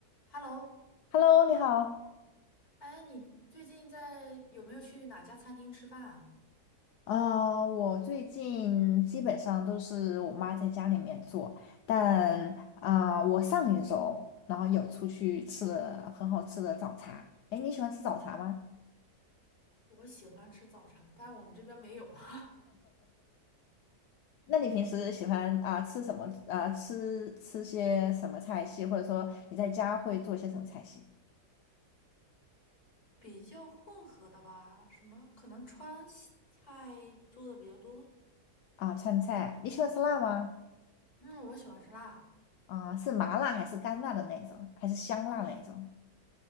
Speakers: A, on the left (about 65°); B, on the left (about 85°).
A: Hello，
B: Hello，你好。
A: 哎，你最近在有没有去哪家餐厅吃饭啊？
B: 啊、我最近基本上都是我妈在家里面做，但啊、呃我上一周然后有出去吃了很好吃的早茶。哎，你喜欢吃早茶吗？
A: 我喜欢吃早茶，但是我们这边没有啊，
B: 那你平时喜欢啊、吃什么？啊、吃吃些什么菜系，或者说你在家会做些什么菜系？
A: <laughs> 比较混合的吧，什么可能川西菜做的比较多。
B: 啊、川菜，你喜欢吃辣吗？
A: 嗯，我喜欢吃辣，
B: 啊、是麻辣还是干辣的那种，还是香辣那种？